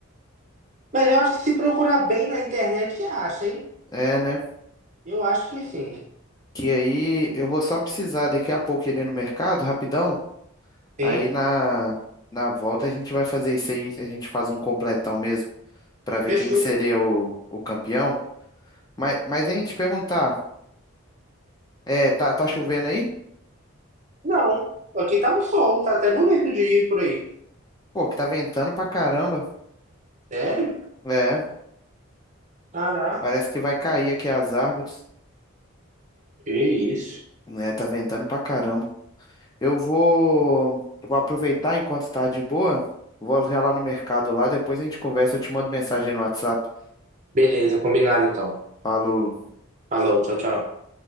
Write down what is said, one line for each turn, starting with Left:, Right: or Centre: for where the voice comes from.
Right: Mas eu acho que se procurar bem na internet, acha, hein?
Left: É, né?
Right: Eu acho que sim.
Left: Que aí eu vou só precisar daqui a pouco ele ir no mercado, rapidão.
Right: Sim.
Left: Aí na, na volta a gente vai fazer isso aí, a gente faz um completão mesmo pra ver
Right: Fechou.
Left: quem que seria o, o campeão. Mas, mas hein, te perguntar, é, tá, tá chovendo aí?
Right: Não. Aqui tá um sol, tá até bonito de ir por aí.
Left: Pô, que tá ventando pra caramba.
Right: Sério?
Left: É,
Right: Caraca.
Left: parece que vai cair aqui as árvores,
Right: Que isso.
Left: né? Tá ventando pra caramba. Eu vou, vou aproveitar enquanto tá de boa, vou já lá no mercado lá, depois a gente conversa, eu te mando mensagem no WhatsApp.
Right: Beleza, combinado então.
Left: Falou.
Right: Falou, tchau, tchau.